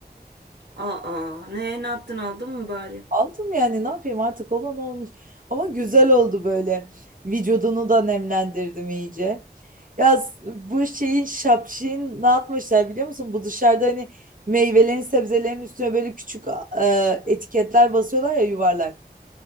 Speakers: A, on the right; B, on the right.
A: Aa, ne ne yaptın aldın mı bari?
B: Aldım yani ne yapayım artık olan olmuş. Ama güzel oldu böyle. Vücudunu da nemlendirdim iyice. Ya s- bu şeyin şapşin ne yapmışlar biliyor musun? Bu dışarıda hani meyvelerin sebzelerin üstüne böyle küçük e, etiketler basıyorlar ya yuvarlak.